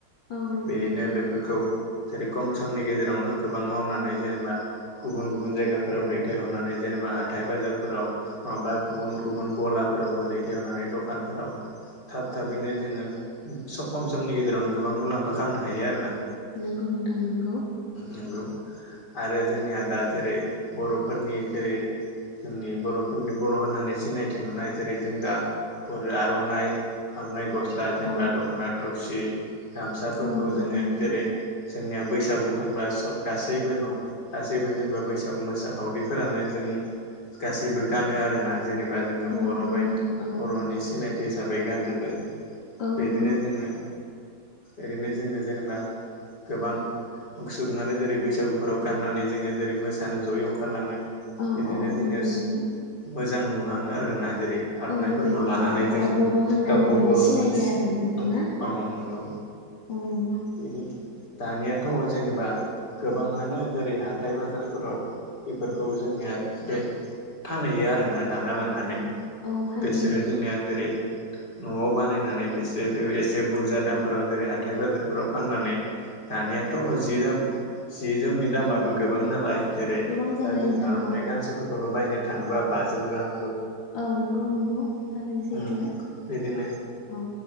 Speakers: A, on the left; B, on the left.
A: औ नंगौ
B: बिदिनो
A: नोंथां
B: बेफोरखौ जेरै खम समनि गेजेरावनो गोबां मावनानै जेनेबा गुबुन गुबुन जायगाफोराव दैथायहरनानै जेनेबा हाथाय बाजारफोराव नङाबा गुबुन गुबुन गलाफोरावबो दैथायरनानै दखानफोराव थाब थाबैनो जोङो खम समनि गेजेरावनो गोबां मुलाम्फा खालामनो हायो आरो ना
A: नंगौ नोंथां नंगौ
B: नंगौ आरो जोंनिया दा जेरै बर'फोरनि जेरै जोंनि बर'फोरनि बर' होननानै सिनाय थि मोननाय जेरै जों दा आरननाय आरननाय ग सला जेनबा
A: औ
B: दख'ना थाव सि गामसाफोरखौ
A: औ नंगौ
B: जोङो
A: नोंथां
B: जेरै जोंनिया बैसागुफोरबा स गासैबो न' गासैबो जेनेबा बैसागु मोसाखावरिफोरानो जों गासैबो गानो आरोना जेनेबा जोङो
A: औ
B: बर'
A: नंगौ
B: बायदि
A: नोंथां औ
B: बर'नि सिनायथि हिसाबै गानजोबो
A: औ
B: बेदिनो
A: नंगौ
B: जोङो ओरैनो जोङो जेनेबा गोबां सुबुङानो जेरै बैसागुफोराव गाननानै जोङो जेरै मोसानो जयै ओंखारलाङो
A: औ
B: बिदिनो
A: औ
B: जोङो
A: नंगौ नोंथां
B: मोजां नु लांङो आरो ना जे आर'नाइफोरखौ
A: औ बेबायदिनो
B: लानानै
A: गावखौ
B: जोङो
A: औ बर' होननानै
B: गावखौ
A: बयबो
B: बर'
A: सिनायो
B: होननानांगौ
A: आरोना नोंथां ना औ नंगौ
B: बिदिनो दानियाथ' जेनेबा गोबाङानो जेरै हाथाइ बाजारफोराव बेफोरखौ जोंनिया बे फानहैयो आरोना दाना लांनानै
A: औ औ फानहैयो
B: बेसोरो जोंनिया जेरै न'आव बानायनानै बेसोरो एसे बुरजा दामफोराव जेरै हाइ बाजारफोराव फाननानै दानियाथ' जि दाम जि जोमनि दामाबो गोबां नालाय जेरै
A: गोबां जाबाय
B: दा जों
A: नोंथां
B: आर'नाइ
A: औ
B: गांसोफोरखौनो बायनो थाङोबा बजि जौ रां
A: औ नंगौ नंगौ थागैनि सैथो
B: उम
A: औ
B: बिदिनो